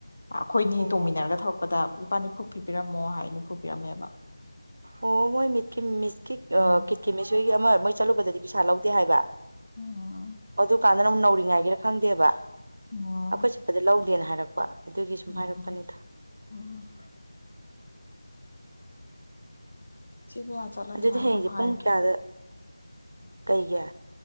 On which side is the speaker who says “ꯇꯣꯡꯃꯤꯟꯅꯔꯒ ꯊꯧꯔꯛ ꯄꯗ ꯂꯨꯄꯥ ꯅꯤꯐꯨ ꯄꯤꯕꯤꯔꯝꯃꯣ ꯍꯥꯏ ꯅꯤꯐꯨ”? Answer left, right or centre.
Left